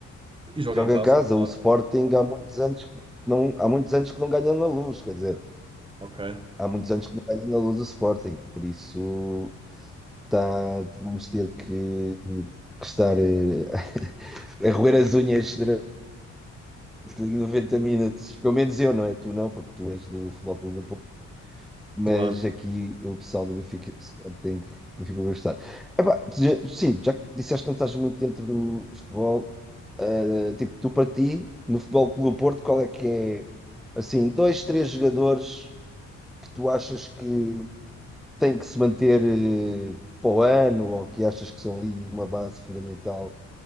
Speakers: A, on the right; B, in the centre.
A: e joga
B: Joga
A: em casa,
B: em casa.
A: claro.
B: O Sporting há muitos anos que não, há muitos anos que não ganha na Luz, quer dizer,
A: Ok,
B: há muitos anos que não ganha na Luz o Sporting. Por isso, Tá, vamos ter que, que estar eh, <laughs> a roer as unhas durante 90 minutos. Pelo menos eu, não é? Tu não, porque tu és do Futebol Clube da Porto. Mas
A: claro,
B: aqui o pessoal do Benfica e do Sporting, do Benfica vai estar. Epá, tu já- sim, já que disseste que não estás muito dentro do futebol. eh, tipo, tu para ti, no Futebol Clube do Porto, qual é que é, assim, dois, três jogadores que tu achas que têm que se manter eh, para o ano ou que achas que são ali uma base fundamental